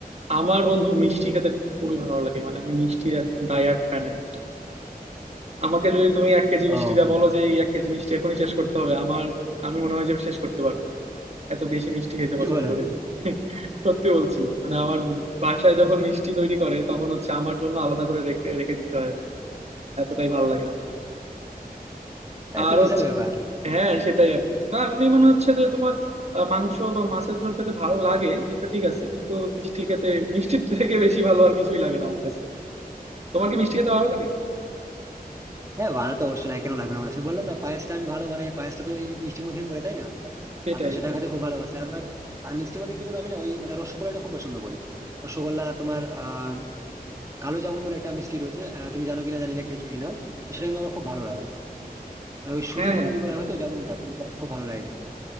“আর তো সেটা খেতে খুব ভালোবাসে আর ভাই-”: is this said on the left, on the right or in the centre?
Right